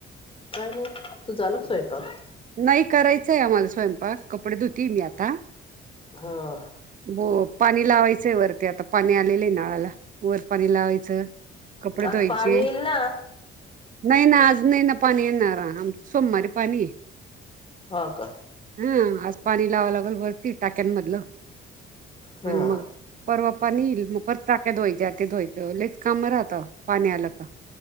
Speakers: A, on the left (about 25°); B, on the right (about 40°).
A: काही नाही तू झाल स्वयंपाक
B: नाही करायचंय आम्हाला स्वयंपाक कपडे धुतेय मी आता
A: हा
B: ब पाणी लावायचंय वर ते आता पाणी आलेलं आहे नळाला वरपाणी लावायचं कपडे
A: आज
B: धुवायचे
A: पाणी येईल ना
B: नाही ना आज नाही ना पाणी येणार आमं सोमवारी पाणी
A: हो का
B: हा आज पाणी लावां लागल वरती टाक्यांमधलं
A: हा
B: आणि मग परवा पाणी येईल मग परत चाक्या धुवायच्या ते धुवायचं ललेच काम राहतं पाणी आलं तर